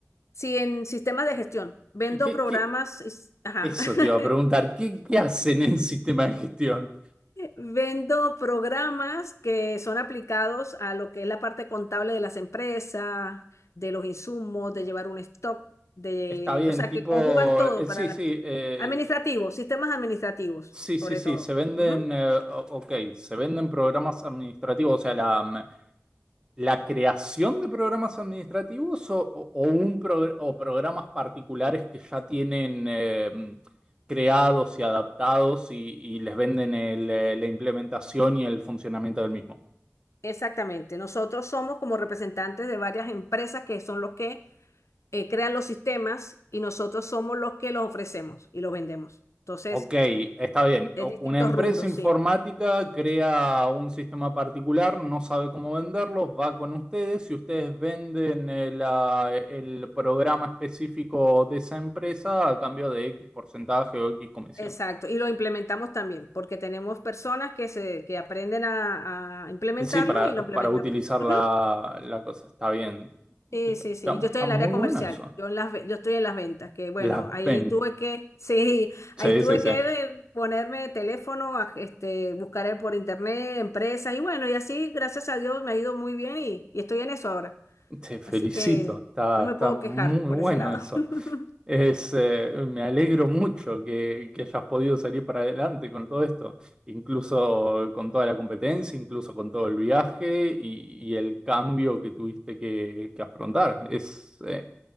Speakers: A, on the left; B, on the right.
A: Sí, en sistemas de gestión. Vendo
B: ¿Qué,
A: programas,
B: qué?
A: es- ajá.
B: Eso
A: <laughs>
B: te iba a preguntar, ¿qué, qué hacen en sistema de gestión?
A: Vendo programas que son aplicados a lo que es la parte contable de las empresas, de los insumos, de llevar un stock, de,
B: Está bien,
A: o sea,
B: tipo,
A: que conjugan todo
B: eh,
A: para
B: sí,
A: la,
B: sí, eh,
A: administrativos, sistemas administrativos,
B: Sí, sí,
A: sobre
B: sí,
A: todo.
B: se venden,
A: Ujú.
B: eh, o- ok, se venden programas administrativos, o sea, la, mm, la creación de programas administrativos o, o- o un progr- o programas particulares que ya tienen eh, mm, creados y adaptados y, y les venden el, eh, la implementación y el funcionamiento del mismo.
A: Exactamente. Nosotros somos como representantes de varias empresas que son los que eh, crean los sistemas y nosotros somos los que los ofrecemos y los vendemos. Entonces,
B: Ok, está bien.
A: Es
B: O-
A: distintos
B: Una empresa
A: rubros,
B: informática
A: sí.
B: crea un sistema particular, no sabe cómo venderlos, va con ustedes y ustedes venden el, ah, el programa específico de esa empresa a cambio de X porcentaje o X comisión.
A: Exacto. Y lo implementamos también, porque tenemos personas que se, que aprenden a, a implementarlo
B: Sí, para,
A: y lo
B: para
A: implementamos.
B: utilizar la,
A: Ujú.
B: la cosa. Está bien.
A: Sí,
B: Está,
A: sí,
B: está-
A: sí. Yo estoy
B: está
A: en
B: muy
A: el área comercial.
B: bueno eso.
A: Yo en las, ve- yo estoy en las ventas, que bueno,
B: Las
A: ahí
B: ventas.
A: tuve que, <laughs> sí,
B: Sí,
A: ahí tuve
B: sí, sí.
A: que eh, ponerme teléfono, a- este, buscar eh, por internet, empresas, y bueno, y así, gracias a Dios, me ha ido muy bien y, y estoy en eso ahora.
B: Te felicito,
A: Así que
B: está,
A: no me
B: está
A: puedo
B: muy
A: quejar por
B: bueno
A: ese lado.
B: eso.
A: <laughs>
B: Es, eh, me alegro mucho que, que hayas podido salir para adelante con todo esto, incluso con toda la competencia, incluso con todo el viaje y, y el cambio que tuviste que, que afrontar. Es, eh,